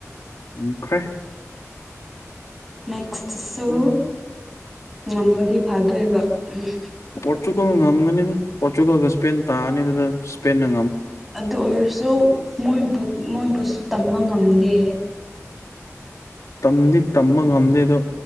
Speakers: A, on the left (about 70°); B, in the centre.
A: ꯑꯣꯈꯣꯏ
B: ꯅꯦꯛꯁꯁꯨ
A: ꯎꯝ
B: ꯅꯃꯗꯤ ꯐꯥꯗꯑꯕ ꯎꯝ
A: ꯄꯣꯔꯇꯨꯒꯜꯒ ꯉꯝꯒꯅꯤꯅ ꯄꯣꯔꯇꯨꯒꯜꯒ ꯏꯁꯄꯦꯟ ꯇꯥꯑꯅꯤꯅ ꯏꯁꯄ
B: ꯑꯗꯨ ꯑꯣꯏꯔꯁꯨ ꯃꯣꯏꯕꯨ ꯃꯣꯏꯕꯨꯁꯨ ꯇꯝꯕ ꯉꯝꯗꯦ <unintelligible>
A: ꯇꯝꯗꯤ ꯇꯝꯕ ꯉꯝꯗꯦꯗꯣ